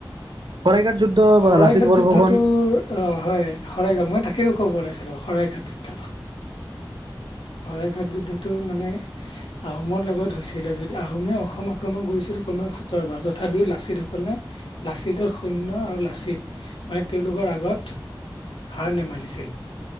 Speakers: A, on the right; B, on the left.
A: শৰাইঘাট যুদ্ধ বা
B: শৰাইঘাট
A: লাচিত বৰফুকন
B: যুদ্ধটোৰ অ, হয়, শৰাইঘাট, মই তাকেই ক'ব ওলাইছিলো, শৰাইঘাট যুদ্ধ। শৰাইঘাট যুদ্ধটো মানে আহোমৰ লগত হৈছিলে, যদি আহোমে অসম আক্ৰমণ কৰিছিল কমেও সোতৰবাৰ। তথাপিও লাচিতসকলে লাচিতৰ সৈন্য আৰু লাচিত, মানে তেওঁলোকৰ আগত হাৰ নামানিছিল।